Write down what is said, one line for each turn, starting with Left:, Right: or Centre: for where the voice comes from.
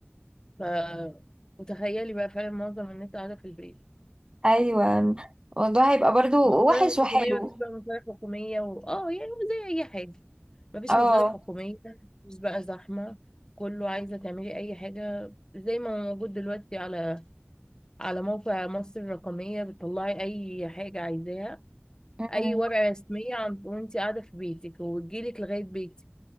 Left: ف وتخيلي بقى فعلا معظم الناس قاعده في البيت
Right: ايوه الموضوع هيبقى برضو
Left: مصالح
Right: وحش وحلو
Left: حكومية مفيش بقى مصالح حكومية و... اه يعني زي أي حاجة مفيش
Right: اه
Left: مصالح حكومية مفيش بقى زحمة كله عايزة تعملي أي حاجة زي ما هو موجود دلوقتي على على موقع مصر الرقمية بتطلعي أي حاجة عايزاها
Right: أمم.
Left: أي ورقة رسمية عن... وأنت قاعدة في بيتك وتجيلك لغاية بيتك